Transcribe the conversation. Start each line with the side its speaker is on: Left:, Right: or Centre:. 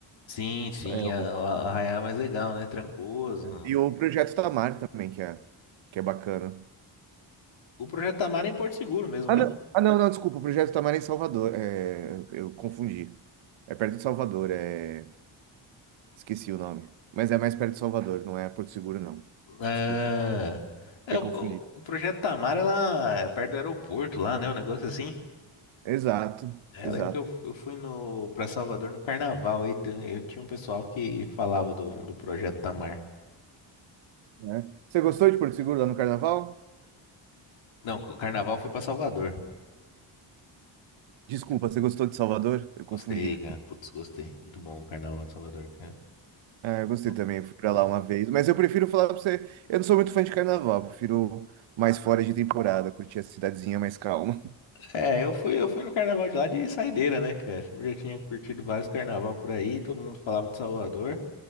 Left: Sim, sim,
Right: É,
Left: a,
Right: o-
Left: a Arraial é mais legal, né? Trancoso.
Right: e o Projeto Tamar também, que é, que é bacana.
Left: O Projeto Tamar é em Porto Seguro mesmo,
Right: Ah,
Left: né?
Right: não, ah, não, não, desculpa. O Projeto Tamar é em Salvador. É, eu confundi. É perto de Salvador. É. Esqueci o nome. Mas é mais perto de Salvador, não é Porto Seguro, não.
Left: Ah,
Right: Desculpa,
Left: é,
Right: me
Left: o,
Right: confundi.
Left: o Projeto Tamar é lá é perto do aeroporto lá, né? Um negócio assim.
Right: Exato,
Left: Eu
Right: exato.
Left: lembro que eu, eu fui no para Salvador no Carnaval aí tem- eu tinha um pessoal que falava do, do Projeto Tamar.
Right: né? Você gostou de Porto Seguro lá no Carnaval?
Left: Não, o Carnaval eu fui para Salvador.
Right: Desculpa, você gostou de Salvador? Eu confundi.
Left: Gostei, cara. Putz, gostei. Muito bom o Carnaval de Salvador, cara.
Right: Ah, eu gostei
Left: Não-
Right: também, eu fui pra
Left: não-
Right: lá uma vez. Mas eu prefiro falar pra você, eu não sou muito fã de Carnaval, eu prefiro mais fora de temporada, curtir a cidadezinha mais calma.
Left: É, eu fui, eu fui no carnaval de lá de saideira, né, cara? Eu já tinha curtido vários carnaval por aí, todo mundo falava de Salvador.